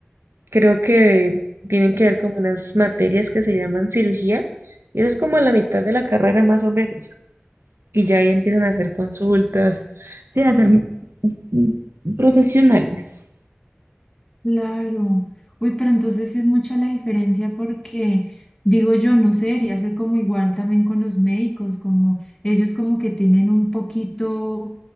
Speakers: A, on the right (about 80°); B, on the left (about 15°).
A: creo que tienen
B: sí.
A: que ver como unas materias que se llaman cirugía, y eso es como a la mitad de la carrera más o menos. Y ya ahí empiezan a hacer consultas, sí, a ser mm, profesionales.
B: Claro. Uy, pero entonces sí es mucha la diferencia porque, digo yo, no sé, debería ser como igual también con los médicos, como ellos como que tienen un poquito,